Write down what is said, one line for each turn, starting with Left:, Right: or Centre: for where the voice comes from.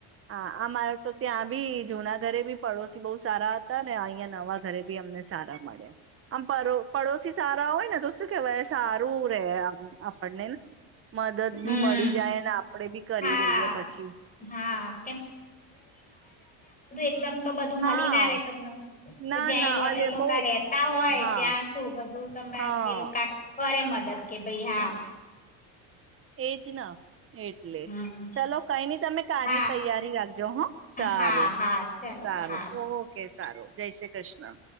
Right: હા આ મારે તો ત્યાં બી જુના ઘરે બી પડોશી બહ સારા હતા ને અહિયાં નવા ઘરે બી અમને સારા મળ્યા આમ પડોશી સારા હોય ને તો શું કેવાય સારું રેહ આપણને મદદ
Left: હમ
Right: બી મળી જાય ને આપડે બી કરી
Left: હા
Right: દઈએ પછી
Left: હા તમ તો બધું
Right: હા
Left: મળી ના રે તમને તો
Right: ના
Left: જ્યાં
Right: ના અલે
Left: એ લોકો
Right: બઉ
Left: રેતા હોય
Right: હા
Left: ત્યાં શું બધું તમે
Right: હા
Left: એ લોકો કરે દદ કે ભાઈ હા
Right: એજ ના એટલે
Left: હમ
Right: ચલો કઈ નની તમે કની
Left: હા
Right: તૈયારી રાખજો હા સારું
Left: હા હા ચલો
Right: સારું
Left: હા
Right: ઓકે સારું જય શ્રી કૃષ્ણ